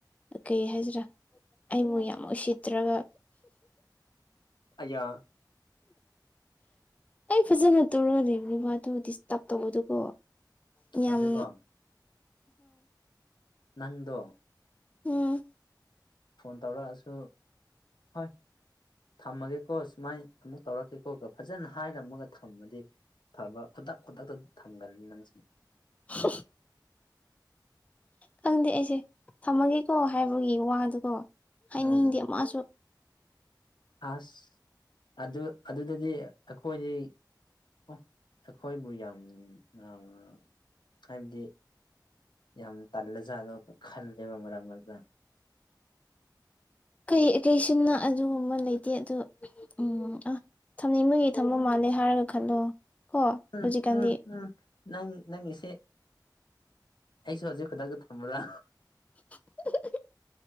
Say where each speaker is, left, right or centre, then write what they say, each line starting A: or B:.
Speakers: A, on the left; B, on the left.
A: ꯀꯩ ꯍꯥꯏꯁꯤꯔꯥ ꯑꯩꯕꯨ ꯌꯥꯝ ꯎꯁꯤꯠꯇ꯭ꯔꯒ
B: ꯑꯩꯌꯥ
A: ꯑꯩ ꯐꯖꯅ ꯇꯧꯔꯅꯦꯕ ꯃꯗꯨ ꯗꯤꯁꯇꯥꯞ ꯇꯧꯕꯗꯨꯀꯣ ꯌꯥꯝ
B: ꯑꯗꯨꯒ ꯅꯪꯗꯣ
A: ꯎꯝ
B: ꯐꯣꯟ ꯇꯧꯔꯛꯑꯁꯨ ꯍꯣꯏ ꯊꯝꯃꯒꯦꯀꯣ ꯁꯨꯃꯥꯏꯅ ꯑꯃꯨꯛ ꯇꯧꯔꯛꯀꯦꯀꯣ ꯐꯖꯅ ꯍꯥꯏꯔꯝꯃꯒ ꯊꯝꯃꯗꯤ ꯊꯕꯛ ꯈꯨꯗꯛ ꯈꯨꯗꯛꯇ ꯊꯝꯒꯟꯂꯤ ꯅꯪꯁꯦ
A: <unintelligible> ꯈꯪꯗꯦ ꯑꯩꯁꯦ ꯊꯝꯃꯒꯦꯀꯣ ꯍꯥꯏꯕꯒꯤ ꯋꯥꯗꯨꯀꯣ ꯍꯥꯏꯅꯤꯡꯗꯦ
B: ꯎꯝ
A: ꯃꯥꯁꯨ
B: ꯑꯁ ꯑꯗꯨ ꯑꯗꯨꯗꯗꯤ ꯑꯩꯈꯣꯏꯗꯤ ꯑꯣ ꯑꯩꯈꯣꯏꯕꯨ ꯌꯥꯝ ꯌꯥꯝꯅ ꯍꯥꯏꯕꯗꯤ ꯌꯥꯝ ꯇꯜꯂꯖꯥꯠꯂꯣ ꯈꯜꯂꯦꯕ ꯃꯔꯛ ꯃꯔꯛꯇ
A: ꯀꯩ ꯑꯦꯇꯦꯁꯟꯅꯣ ꯑꯗꯨꯒꯨꯝꯕ ꯂꯩꯇꯦ ꯑꯗꯨ ꯎꯝ ꯑꯥ ꯊꯝꯅꯤꯡꯕꯒꯤ ꯊꯝꯕ ꯃꯥꯜꯂꯦ ꯍꯥꯏꯔꯒ ꯈꯜꯂꯣ ꯀꯣ
B: ꯎꯝ
A: ꯍꯧꯖꯤꯛꯀꯥꯟꯗꯤ
B: ꯎꯝ ꯎꯝ ꯅꯪ ꯅꯪꯒꯤꯁꯦ ꯑꯩꯁꯨ ꯍꯧꯖꯤꯛ ꯈꯨꯗꯛꯇ ꯊꯝꯃꯨꯔ
A: <unintelligible>